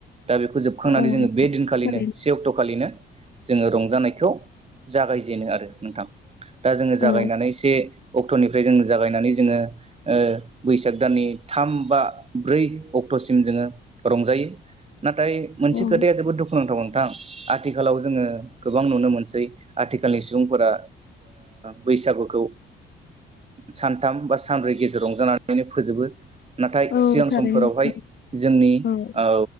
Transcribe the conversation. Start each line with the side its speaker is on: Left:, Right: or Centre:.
Right: दा बेखौ जोबखांनानै
Left: नोंथां
Right: जोङो बे दिनखालिनो
Left: थारैनो
Right: से अक्ट'खालिनो जोङो रंजानायखौ जागाय जेनो आरो नोंथां । दा जोङो जागायनानै
Left: औ
Right: एसे अक्ट'निफ्राय जों जागायनानै जोङो ओ बैसाग दाननि थाम बा ब्रै अक्ट'सिम जोङो रंजायो ना थाय मोनसे
Left: औ
Right: खोथाया जोबोद दु खुनांथाव नोंथां आथिखालाव जोङो गोबां नुनो मोनसै आथि खालनि सुबुंफोरा बैसागुखौ सानथाम बा सानब्रै गेजेर रंजानानैनो फोजोबो । नाथाय
Left: औ
Right: सिगां
Left: थारैनो
Right: समफोरावहाय
Left: नोंथां
Right: जोंनि
Left: औ
Right: ओ